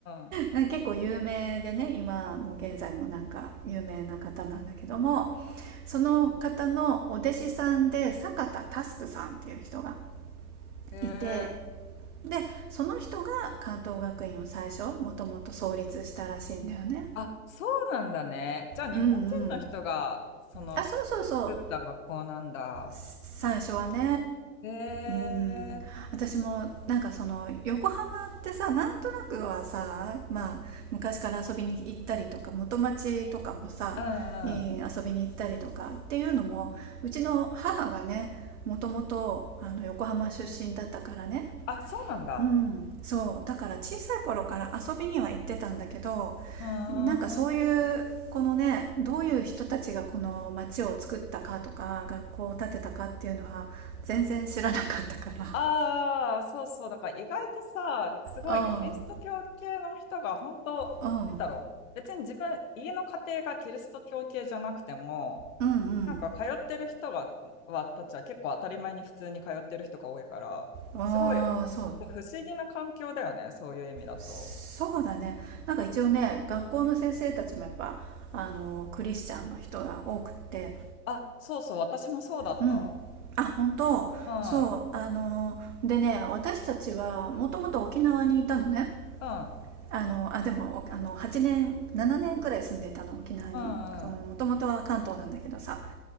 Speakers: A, on the left; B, on the right.
A: うん。
B: なんか <laughs> 結構有名でね今もう現在もなんか有名な方なんだけどもその方のお弟子さんで坂田タスクさんっていう人が
A: へえ。
B: いてでその人が関東学院を最初もともと創立したらしいんだよね。
A: あ、そうなんだね。じゃあ日本人の人が、
B: うんうん
A: その
B: あそうそうそう
A: 作った学校なんだ。
B: 最初はね
A: へえ、
B: うん私もなんかその横浜ってさなんとなくはさまあ昔から遊びに行ったりとか元町とかもさいい遊びに行ったりとかっていうのもうちの母がねもともとあの横浜出身だったからね
A: うんうん。あ、そうなんだ。
B: うん、そうだから小さい頃から遊びには行ってたんだけど
A: うー
B: なんかそういうこのねどういう人たちがこの町を作ったかとか学校を建てたかっていうのは全然知らなかったから
A: ん。ああ、そうそう。だから意外とさ、すごいキリスト教系の人が本当、
B: <laughs> うんうん
A: なんだろう。別に自分、家の家庭がキリスト教系じゃなくても、
B: うんうん
A: なんか通ってる人が、は、たちは結構当たり前に普通に通ってる人が多いから、
B: ああーそう
A: すごい、ちょっと不思議な環境だよね。そういう意味だと。
B: そうだねなんか一応ね学校の先生たちもやっぱあのクリスチャンの人が多くって
A: あ、そうそう。私もそうだった。
B: うんあ本当そうあのでね私たちはもともと沖縄にいたのね
A: うん。うん。
B: あのあでもおあの8年7年ぐらい住んでたの沖縄に
A: うんうん
B: もともとは関東なんだけどさ